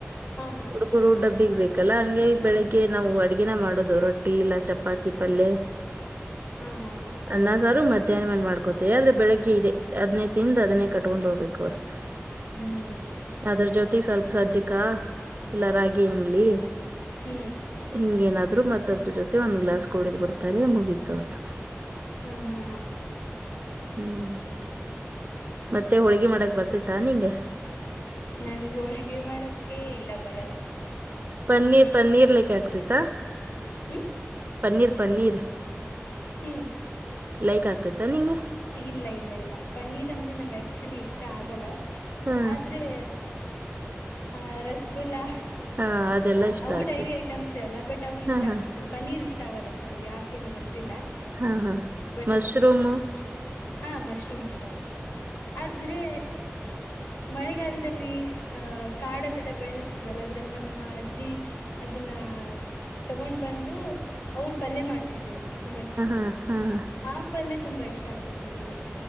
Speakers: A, on the left; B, on the right.
A: ಹಾ ಹಾ
B: ಹುಡುಗರು ಡಬ್ಬಿಗ್ ಬೇಕಲ್ಲ ಹಂಗೆ ಈ ಬೆಳಿಗ್ಗೆ ಗೆ ನಾವು ಅಡ್ಗೆನ ಮಾಡೋುದು ರೊಟ್ಟಿ ಇಲ್ಲ ಚಪಾತಿ ಪಲ್ಯ
A: ಹಾ ಹಾ ಹಾ
B: ಅನ್ನ ಸಾರು ಮಧ್ಯಾಹ್ನ ಮೇಲೆ ಮಾಡ್ಕೋತೇವಿ ಆದ್ರೆ ಬೆಳಗ್ಗೆ ಇದದೆ ಅದ್ನೇ ತಿಂದು ಅದನ್ನೇ ಕಟ್ಕೊಂಡು ಹೋಗ್ಬೇಕು ಅವ್ರು ಹ
A: ಹ್ಮ್
B: ಅದ್ರ ಜೊತೆಗೆ ಸ್ವಲ್ಪ ಸಜ್ಜಕ ಎಲ್ಲಾ ರಾಗಿ ಎಂಬ್ಲಿ
A: ಹ್
B: ಹಿಂಗೇಏನಾದ್ರು ಮತ್ ಅದ್ರ ಜೊತೆ ಒಂದ್ ಗ್ಲಸ್ ಕುಡಿದ್ ಬಿಡ್ತಾರೆ ಮುಗೀತವ್ರ್ದ
A: ಹಾ ಹಾ ಹಾ
B: ಹ್ಮ್ ಮತ್ತೆ ಹೋಳ್ಗಿ ಮಾಡಕ್ ಬರ್ತತಾ ನಿಂಗೆ
A: ನನ್ಗೆ ಹೋಳ್ ಗೆ ಮಾಡಕ ಇಲ್ಲ ಬರಲ್ಲ
B: ಪನ್ನೀರ್ ಪನ್ನೀರ್ ಲೆಕ್ಕ ಆಗ್ತತ್ತಾ
A: ಹ್ಮ
B: ಪನ್ನೀರ್ ಪನ್ನೀರ್
A: ಹ್ಮ್
B: ಲೈಕ್ ಆಗ್ತತ್ತ ನಿಂಗೆ
A: ಇಲ್ಲ ಇಲ್ಲ ಇಲ್ಲ ಪನ್ನೀರ್ ಅಂದ್ರೆ ನಂ ಆಕ್ಚುಲಿ ಇಷ್ಟ ಆಗಲ್ಲ
B: ಹಾ
A: ಆದ್ರೆ ಆ್ ರಸಗುಲ್ಲಾ
B: ಹಾ ಅದೆಲ್ಲಾ
A: ಅ
B: ಇಷ್ಟ
A: ಅವು
B: ಆಗ್ತೈತಿ
A: ಡೈರಿ ಐಟಮ್ಸ್ ಎಲ್ಲ ಬಟ್ ಅವು
B: ಹಾ
A: ಇಷ್ಟ
B: ಹಾ
A: ಆಗುತ್ತ ಪನೀರ್ ಇಷ್ಟ ಆಗಲ್ಲ ಅಷ್ಟೊಂದು ಯಾಕೇನುೋ ಗೊತ್ತಿಲ್ಲ
B: ಹಾ ಹಾ
A: ಬಟ್
B: ಮಶ್ರೂಮ್
A: ಹಾ ಮಶ್ರೂಮ್ ಇಷ್ಟ ಆಗುತ್ತೆ ಆದ್ರೆ ಮಳೆಗಾಲದಲ್ಲಿ ಆಹ್ ಕಾಡಲ್ಲೆಲ್ಲಾ ಬೆಳೆದಿರ್ತ ಲ್ಲ ಅದ್ರಲ್ಲಿ ನಮ್ಮ ಅಜ್ಜಿ ಅದನ್ನ ತಗೊಂಡ್ ಬಂದು ಅವ್ರ ಪಲ್ ಮಾಡ್ತಿದ್ರು ನಮ್ಮ ಅಜ್ಜಿ
B: ಹ್ಮ್ ಹ್ಮ್ ಹ್ಮ
A: ಆಪ್ ಅಲ್ಲೇ ತುಂಬಾ ಇಷ್ಟ ಆಗ್ತಿತ್ ನನ್ಗೆ